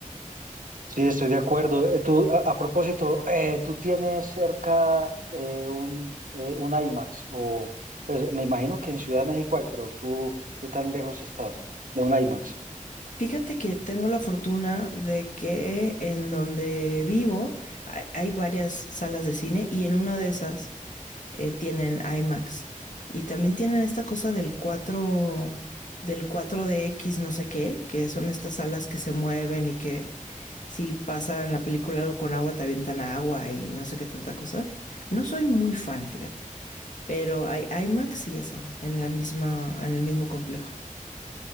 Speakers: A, on the right (about 75°); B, on the left (about 65°).
A: Sí, estoy de acuerdo. Eh, tú, a, a propósito, eh, ¿tú tienes cerca eh, un, eh, un IMAX? O, pues, me imagino que en Ciudad de México hay, pero tú, ¿qué tan lejos estás de un IMAX?
B: Fíjate que tengo la fortuna de que en donde vivo hay, hay varias salas de cine y en una de esas eh, tienen IMAX. Y también tienen esta cosa del 4 del 4 X no sé qué, que son estas salas que se mueven y que si pasa en la película algo con agua te avientan agua y no sé qué tanta cosa. No soy muy fan, fíjate. Pero hay IMAX y eso, en la misma, en el mismo complejo.